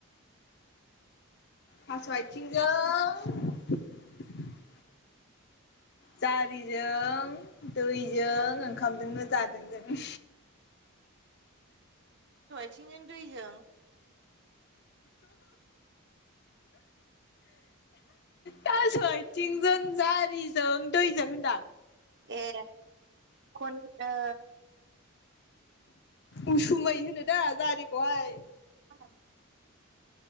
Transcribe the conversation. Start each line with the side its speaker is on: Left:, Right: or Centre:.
Left: थास' आइथिंजों <inaudible> जारिजों दैजों ओंखामजोंनो जादों जों।
Right: बिथिंजों दैजों
Left: थास' आथिंजों जारिजों दैजों होनदों।
Right: ए खन ओ
Left: उसुमै होनो दा जारिखौहाय
Right: <unintelligible>